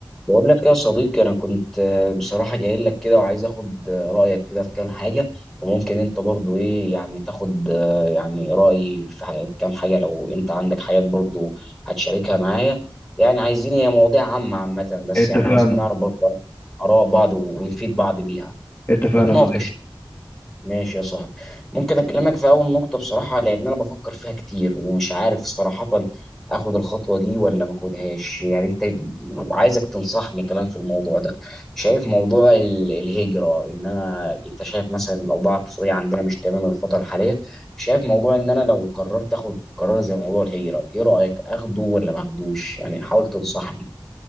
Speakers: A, in the centre; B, on the left.
A: بقول لك يا صديقي انا كنت آه، بصراحه جاي لك كده وعايز اخد آه، رايك كده في كام حاجه وممكن انت برضو ايه يعني تاخد آه، يعني رايي في ح- كام حاجه لو انت عندك حاجات برضو هتشاركها معايا يعني عايزين هي مواضيع عامه عامه بس
B: اتفقنا
A: يعني عايزين نعرف برضو اراء بعض ونفيد بعض بيها
B: اتفقنا
A: نتناقش
B: يا صديقي
A: ماشي يا صاحبي ممكن اكلمك في اول نقطه بصراحه لان انا بفكر فيها كتير ومش عارف صراحه اخد الخطوه دي ولا ما اخدهاش يعني انت وعايزك تنصحني كمان في الموضوع ده شايف موضوع ال- الهجره ان انا انت شايف مثلا الاوضاع الاقتصاديه عندنا مش تمام الفتره الحاليه شايف موضوع ان انا لو قررت اخد قرار زي موضوع الهجره ايه رايك اخده ولا ما اخدوش يعني حاول تنصحني